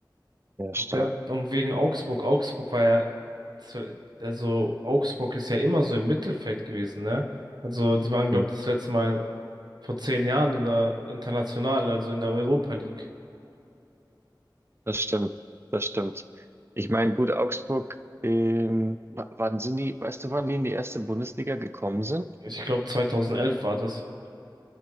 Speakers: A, on the right (about 30°); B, on the right (about 60°).
A: Sehr
B: Und
A: stark.
B: Ja, und wegen Augsburg. Augsburg war ja, zu- also Augsburg ist ja immer so im Mittelfeld gewesen, ne? Also die waren, glaube
A: Mhm.
B: ich, das letzte Mal vor zehn Jahren in der International, also in der Europa League.
A: Das stimmt. Das stimmt. Ich meine, gut, Augsburg, ähm, wa- wann sind die, weißt du, wann die in die erste Bundesliga gekommen sind?
B: Ich glaube, 2011 war das.